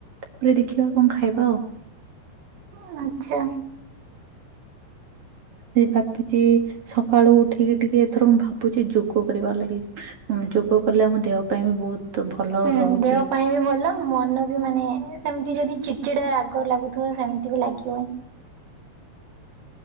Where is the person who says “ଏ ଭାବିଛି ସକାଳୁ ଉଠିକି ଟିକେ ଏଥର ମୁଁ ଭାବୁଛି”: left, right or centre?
Right